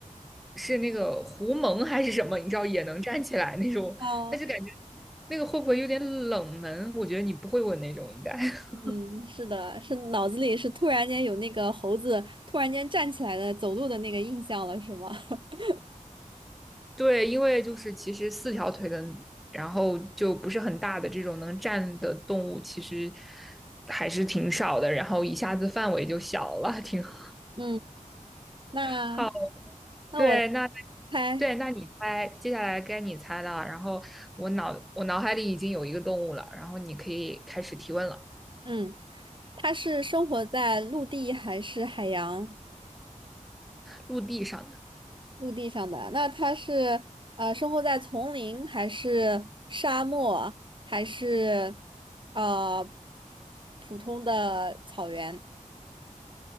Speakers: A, in the centre; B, on the right (about 35°).
A: 是那个狐獴还是什么？你知道也能站起来那种，
B: 哦。
A: 但是感觉那个会不会有点冷门？我觉得你不会问那种，应该 <laughs>
B: 嗯，是的，是脑子里是突然间有那个猴子突然间站起来的走路的那个印象了，是吗？<laughs>
A: 对，因为就是其实四条腿的，然后就不是很大的这种能站的动物，其实还是挺少的，然后一下子范围就小了，挺好。
B: 嗯，那
A: 好，
B: 那我来
A: 对，那
B: 猜，
A: 对，那你猜，接下来该你猜了。然后我脑我脑海里已经有一个动物了，然后你可以开始提问了。
B: 嗯，它是生活在陆地还是海洋？
A: 陆地上的，
B: 陆地上的，那它是呃生活在丛林还是沙漠还是呃普通的草原